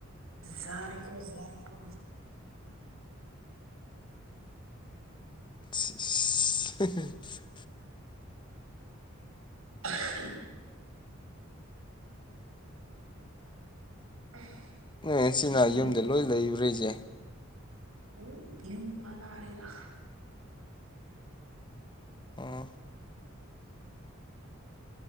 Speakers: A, on the right; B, on the left.
A: ꯖꯥꯔꯦꯀꯣ ꯖꯥꯔꯦꯀꯣ
B: <unintelligible>
A: <unintelligible> <unintelligible>
B: ꯅꯣꯏ ꯏꯆꯤꯅꯥꯎ
A: ꯅꯣꯏꯒꯤ
B: ꯌꯨꯝꯗ ꯂꯣꯏ ꯂꯩꯕꯔ ꯍꯥꯏꯁꯦ
A: ꯎꯝ ꯌꯨꯝ ꯄꯥꯟꯅꯔꯦꯗ
B: ꯎꯝ